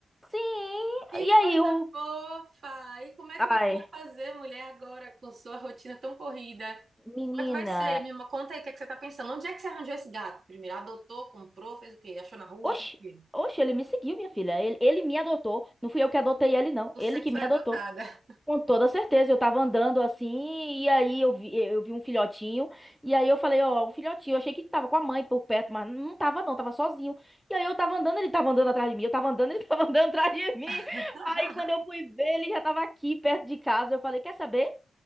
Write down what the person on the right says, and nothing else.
Que
coisa
fofa! E como é que você
vai fazer, mulher, agora com sua rotina tão corrida?
Como é que vai ser? Me mo- conta aí o que é que você tá pensando. Onde é que você arranjou esse gato primeiro? Adotou, comprou, fez o quê? Achou na rua?
Fez o quê?
Você
que
foi
adotada.
<laughs>